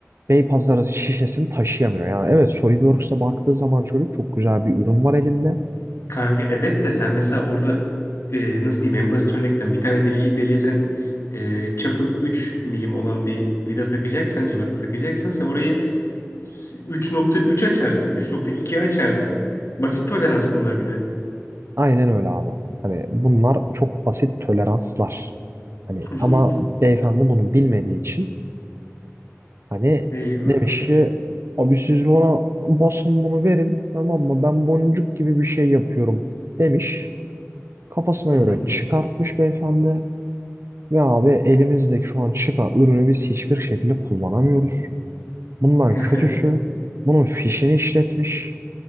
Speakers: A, on the right (about 55°); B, on the left (about 60°).
A: Beypazarı şişesini taşıyamıyor. Yani evet SolidWorks'a baktığı zaman çocuk çok güzel bir ürün var elinde.
B: Kanka evet de sen mesela orada e, nasıl diyeyim en basit örnekten bir tane deli, deliğe sen e, çapı 3 milim olan bir vida takacaksan civata takacaksan sen orayı s- üç nokta üç açarsın üç nokta iki açarsın. Basit tolerans bunlar bir de.
A: Aynen öyle abi. Hani bunlar çok basit toleranslar. Hani
B: <laughs>
A: ama beyefendi bunu bilmediği için hani
B: Eyvah.
A: demiş ki abi siz bana basın bunu verin tamam mı? Ben boncuk gibi bir şey yapıyorum demiş. Kafasına
B: Hı
A: göre
B: hı.
A: çıkartmış beyefendi. Ve abi elimizdeki şu an çıkan ürünü biz hiçbir şekilde kullanamıyoruz. Bundan
B: <laughs>
A: kötüsü bunun fişini işletmiş.